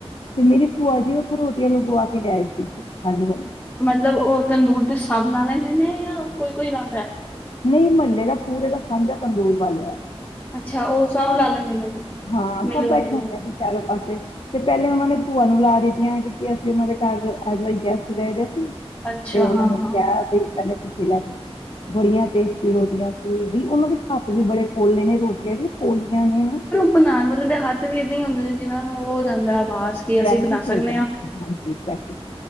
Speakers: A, on the left; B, on the left.
A: ਤੇ ਮੇਰੀ ਭੂਆ ਜੀ ਉੱਥੋਂ ਰੋਟੀਆਂ ਲਗਵਾ ਕੇ ਲਿਆਏ ਸੀ ਅੱਗ ਵ
B: ਮਤਲਬ ਉਹ ਤੰਦੂਰ ਦੇ ਸਭ ਲਾ ਲੈਂਦੇ ਨੇ ਜਾਂ ਕੋਈ ਕੋਈ ਲਾਦਾ ਹੈ
A: ਨਹੀਂ ਮਹੱਲੇ ਦਾ ਪੂਰੇ ਦਾ ਸਾਂਝਾ ਤੰਦੂਰ ਵਾਲਿਆ
B: ਅੱਛਾ ਉਹ ਸਮ ਲਾ ਲੈਂ ਨੇ
A: ਹਾਂ
B: ਮਿਲ
A: ਸਭ
B: ਵਾਲੇ
A: ਬੈਠਾ
B: ਨੇ
A: ਆ ਬ ਚਾਰੋ ਪਾਸੇ ਤੇ ਪਹਿਲੇ ਉਹਨਾਂ ਨੇ ਭੂਆਆਂ ਨੂੰ ਲਾ ਦਿੱਤੀਆਂ ਕਿਉਂਕਿ ਅਸੀਂ ਉਹਨਾਂ ਦੇ ਘਰ ਐਜ ਆ ਗੈਸਟ ਰਹੇਦੇ ਸੀ
B: ਅੱਛਾ
A: ਤੇ ਉਹਨਾ
B: ਹਾਂ-ਹਾਂ
A: ਨੇ ਕਿਹਾ ਬਈ ਕਹਿੰਦੇ ਤੁਸੀਂ ਲ ਚ ਬੜੀਆਂ ਟੇਸਟੀ ਰੋਟੀਆਂ ਸੀ ਵੀ ਉਹਨਾਂ ਦੇ ਹੱਥ ਵੀ ਬੜੇ ਪੋਲੇ ਨੇ ਰੋਟੀਆਂ ਕੀ ਪੋਲੀਆਂ ਨੇ ਨਾ
B: ਬਨਾਉਣ ਵਾਲੇ ਦੇ ਹੱਥ ਵੀ ਇਏਦਾਂ ਹੀ ਹੁੰਦੇ ਨੇ ਜਿਹਨਾਂ ਨੂੰ ਉਹ ਹੋ ਜਾਂਦਾ ਸ ਕੇ
A: ਪ੍ਰੈਕਟਿਸ
B: ਅਸੀਂ ਬਣਾ
A: ਹੋ
B: ਸਕਦੇ
A: ਜਾਂਦੀ
B: ਹਾਂ
A: ਹਾਂਜੀ ਪ੍ਰੈਕਟਿਸ